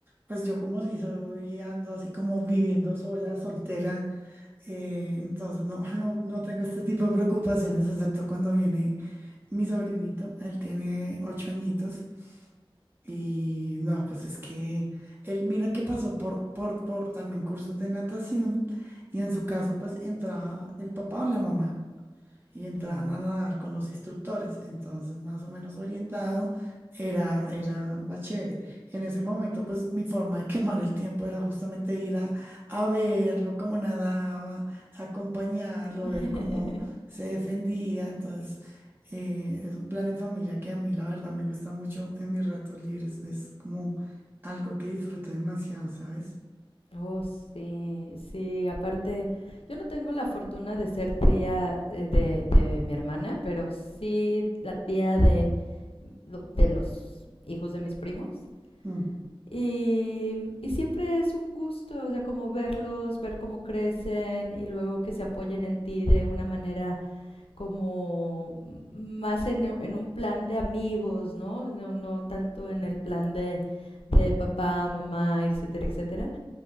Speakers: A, on the right; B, on the left.
A: pues yo como si soy ando así como viviendo sola, soltera. Eh, entonces no, <laughs> no, no tengo este tipo de preocupaciones, excepto cuando viene mi sobrinito. Él tiene ocho añitos. Y no, pues es que él mira que pasó por, por, por también cursos de natación. Y en su caso, pues entraba el papá o la mamá y entraban
B: Mm.
A: a nadar con los instructores, entonces más o menos orientado era, era más chévere. Y en ese momento, pues mi forma de quemar el tiempo era justamente ir a, a verlo, cómo nadaba, acompañarlo,
B: <laughs>
A: ver cómo se defendía. Entonces, eh, es un plan en familia que a mí, la verdad, me gusta mucho en mis ratos libres. Es como algo que disfruto demasiado, ¿sabes?
B: Oh, sí, sí, aparte, yo no tengo la fortuna de ser tía eh, de, de mi hermana, pero sí la tía de, lo- de los hijos de mis primos.
A: Mm.
B: Y, y siempre es un gusto, o sea, como verlos, ver cómo crecen y luego que se apoyen en ti de una manera como m- más en, u- en un plan de amigos, ¿no? No, no tanto en el plan de, de papá, mamá, etcétera, etcétera.